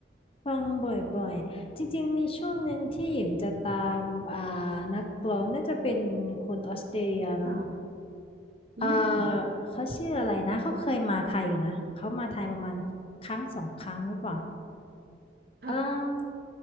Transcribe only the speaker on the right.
ค่ะ อืม
ค่ะ